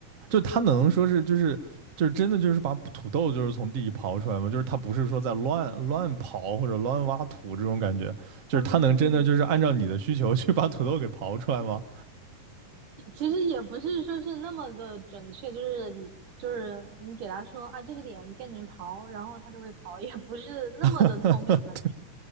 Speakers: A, on the right; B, on the right.
A: 就他能说是就是就是真的就是把土豆就是从地里刨出来吗？就是他不是说在乱乱刨或者乱挖土这种感觉，就是他能真的就是按照你的需求去把土豆给刨出来吗？
B: 嗯，其实也不是说是那么的准确，就是你就是你给他说啊这个点赶紧刨，然后他就会刨，也不是那么的聪明了。
A: <laughs> 对，